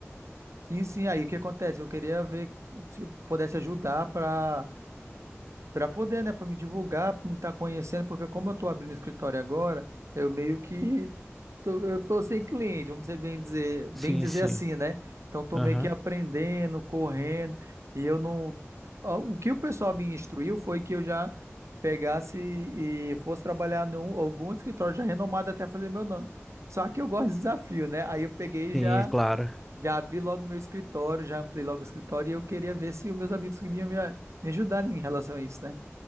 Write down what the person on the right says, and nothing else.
Sim, sim. Aí o que acontece? Eu queria ver se pudesse ajudar para Pra poder, né, Pra me divulgar, pra me estar conhecendo, porque como eu tô abrindo escritório agora, eu meio que tô, eu tô sem cliente, vamos dizer bem dizer, bem
dizer
assim, né? Então tô
meio que aprendendo, correndo, e eu não Ó, o que o pessoal me instruiu foi que eu já pegasse e fosse trabalhar em algum escritório já renomado até fazer meu nome. Só que eu gosto de desafio, né? Aí eu peguei e
já
já abri logo meu escritório, já ampliei logo o escritório e eu queria ver se os meus amigos podiam me, me ajudar em relação a isso, né?